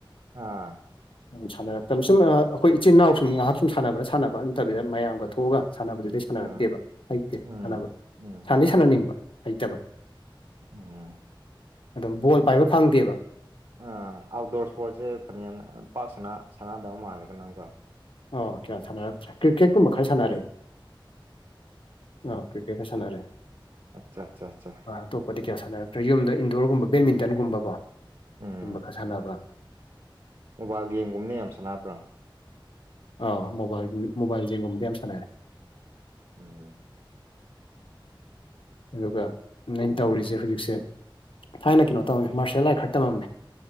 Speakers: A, on the right; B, on the left.
A: ꯑꯥ
B: ꯎ ꯁꯥꯟꯅꯔꯛꯇ ꯁꯨꯝ ꯑꯩꯈꯣꯏ ꯏꯆꯤꯟꯜ ꯏꯅꯥꯎꯨꯝ ꯉꯥꯏꯍꯥꯛ ꯁꯨꯝ ꯁꯥꯟꯅꯕ꯭ꯔꯥ ꯁꯥꯟꯅꯕꯥ ꯅꯠꯇꯕꯤꯗ ꯃꯌꯥꯝꯒ ꯊꯣꯛꯑꯒ ꯁꯥꯟꯅꯕꯗꯨꯗꯩ ꯁꯥꯟꯅꯔꯛꯇꯦꯕ
A: ꯎꯝ
B: ꯍꯩꯇꯦ
A: ꯎꯝ
B: ꯁꯥꯟꯅꯕ
A: ꯎꯝ
B: ꯁꯥꯟꯗꯤ ꯁꯥꯟꯅꯅꯤꯡꯕ ꯍꯩꯇꯕ
A: ꯎꯝ
B: ꯑꯗꯨꯝ ꯕꯣꯜ ꯄꯥꯏꯕ ꯐꯪꯗꯦꯕ
A: ꯑ ꯑꯥꯎꯠꯗꯣꯔ ꯏꯁꯄꯣꯔꯠꯁꯦ ꯐꯅꯦꯛ ꯄꯥꯛ ꯁ ꯁꯥꯟꯅꯗꯕ ꯃꯥꯜꯂꯦꯒ ꯅꯪꯗꯣ
B: ꯑꯣ ꯀꯌꯥ ꯁꯥꯟꯅꯔꯛꯇꯔꯦ ꯀ꯭ꯔꯤꯀꯦꯠꯀꯨꯝꯕ ꯈꯔ ꯁꯥꯟꯅꯔꯛꯑꯦ ꯑꯥ ꯀ꯭ꯔꯤꯀꯦꯀ ꯁꯅꯔꯦ
A: ꯑꯠꯆꯥ ꯑꯠꯆꯥ ꯑꯠꯆꯥ
B: ꯑ ꯑꯇꯣꯞ ꯀꯣꯗꯤ ꯀꯌꯥ ꯁꯥꯟꯅꯔꯛꯇ꯭ꯔꯦ ꯌꯨꯝꯗ ꯏꯟꯗꯣꯔꯒꯨꯝꯕ ꯕꯦꯗꯃꯤꯟꯇꯟꯒꯨꯝꯕꯀꯣ
A: ꯎꯝ
B: ꯁꯤꯒꯨꯝꯕ ꯈꯔ ꯁꯥꯟꯅꯕ
A: ꯃꯣꯕꯥꯏꯜ ꯒꯦꯝꯒꯨꯝꯕꯅꯦ ꯌꯥꯝ ꯁꯥꯟꯅꯕ꯭ꯔ
B: ꯑ ꯃꯣꯕꯥꯏꯜꯒꯤ ꯃꯣꯕꯥꯏꯜ ꯂꯤꯖꯦꯟꯒꯨꯝꯕꯗꯤ ꯌꯥꯝ ꯁꯥꯟꯅꯔꯦ
A: ꯎꯝ
B: ꯑꯗꯨꯒ ꯅꯩꯅ ꯇꯧꯔꯤꯖꯦ ꯍꯧꯖꯤꯛꯁꯦ ꯊꯥꯏꯅ ꯀꯩꯅꯣ ꯇꯧꯔꯝꯃꯦ ꯃꯥꯔꯁꯤꯌꯦꯜ ꯑꯥꯔꯠ ꯈꯔ ꯇꯝꯃꯝꯃꯦ